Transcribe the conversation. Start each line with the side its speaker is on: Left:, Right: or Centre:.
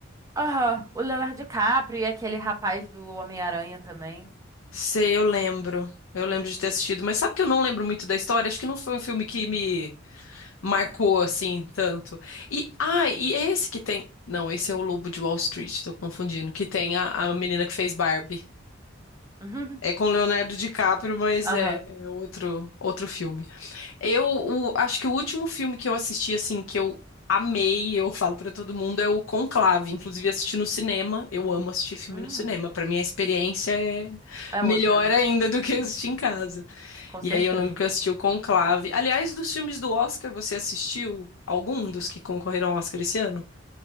Right: Aham. O Leonardo DiCaprio e aquele rapaz do Homem-Aranha também.
Left: Sei, eu lembro. Eu lembro de ter assistido, mas sabe que eu não lembro muito da história? Acho que não foi um filme que
Right: Uhum.
Left: me Marcou assim tanto. E ah,
Right: Uhum.
Left: e é esse que tem. Não,
Right: <laughs>
Left: esse
Right: E-
Left: é o Lobo de Wall Street, tô confundindo. Que tem a, a menina que fez Barbie.
Right: Uhum.
Left: É com Leonardo DiCaprio, mas
Right: Aham.
Left: é, é outro outro filme. Eu o- acho que o último filme que eu assisti assim que eu amei, eu falo pra todo mundo, é o Conclave. Inclusive assisti no cinema. Eu amo assistir filme
Right: Hum,
Left: no cinema. Pra mim a experiência é
Right: é
Left: melhor
Right: outra, né?
Left: ainda do que assistir
Right: Uhum.
Left: em casa.
Right: Com
Left: E
Right: certeza.
Left: aí eu lembro que eu assisti o Conclave. Aliás, dos filmes do Oscar, você assistiu algum dos que concorreram ao Oscar esse ano?